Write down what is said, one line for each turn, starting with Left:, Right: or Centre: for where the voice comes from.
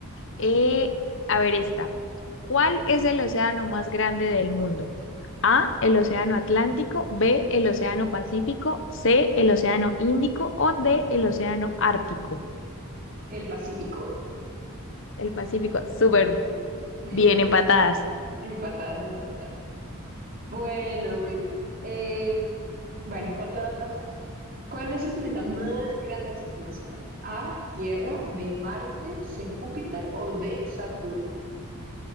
Left: Eh, a ver esta. ¿Cuál es el océano más grande del mundo? A, el océano Atlántico, B, el océano Pacífico, C, el océano Índico o D, el océano Ártico.
Right: El Pacífico.
Left: El Pacífico, súper
Right: <laughs>
Left: bien empatadas.
Right: Empatadas, empatadas. Bueno, bueno. Em, bueno, otra, otra fácil. ¿Cuál es el planeta más grande del sistema solar? A, Tierra, B, Marte, C, Júpiter o D, Saturno.